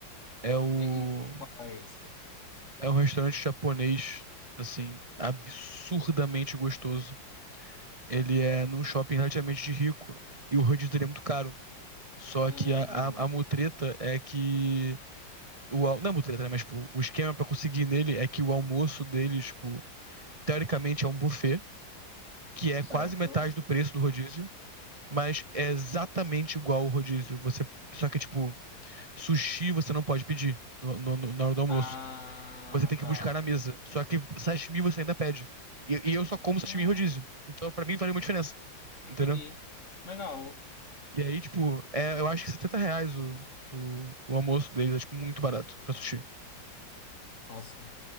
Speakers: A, on the right; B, on the left.
A: É o.
B: E, e qual é esse?
A: É um restaurante japonês, assim, absurdamente gostoso. Ele é num shopping relativamente de rico e o rodízio dele é muito caro. Só
B: Hum,
A: que a, a, a mutreta é que. O, al- não é mutreta, né? Mas, tipo, o esquema pra conseguir nele é que o almoço deles, tipo, teoricamente é um buffet, que é
B: certo.
A: quase metade do preço do rodízio, mas é exatamente igual ao rodízio. Você. Só que, tipo. Sushi você não pode pedir no, no- no- na hora do almoço.
B: Ah,
A: Você tem que
B: tá.
A: buscar na mesa. Só que sashimi você ainda pede. E, e eu só como
B: Hum,
A: sashimi em rodízio. Então, pra mim, faz uma diferença.
B: entendi.
A: Entendeu?
B: Legal.
A: E aí, tipo, é, eu acho que 70 reais o, o, o almoço deles é, tipo, muito barato pra sushi.
B: Nossa,